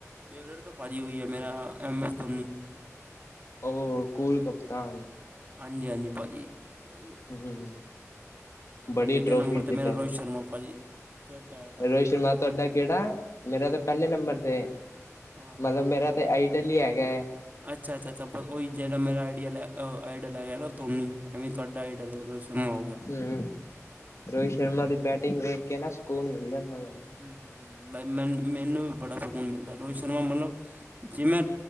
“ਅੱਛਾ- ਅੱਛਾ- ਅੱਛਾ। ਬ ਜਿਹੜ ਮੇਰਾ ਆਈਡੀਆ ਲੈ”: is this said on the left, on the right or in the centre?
Right